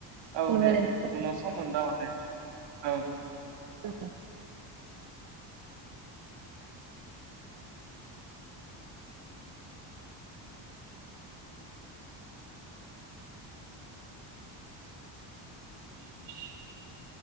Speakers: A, on the right (about 45°); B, on the right (about 65°).
A: खुलुमबाय
B: औ दे
A: नोंथां
B: दे उनाव सम मोनबा हरलाय औ दे।
A: औ।
B: <inaudible>